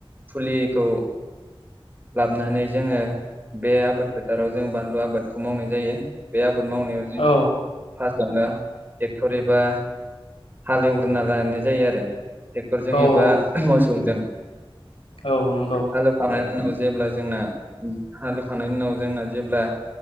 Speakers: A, on the right; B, on the left.
A: फुलिखौ लाबोनानै जोङो बे आबाद फोथाराव जो बानलु आबादखौ मावनाय जायो बे आबाद आबाद मावनायाव जोङो
B: औ
A: फार्स्ट नो ट्रेक्टर एबा हाल एवग्रोना लानाय जायो आरो ट्रेक्टरजों
B: औ
A: एबा मोसौजों
B: औ नंगौ।
A: हालेवखांनायनि उनाव जेब्ला जोंना हाल एवखांनायनि उनाव जोंना जेब्ला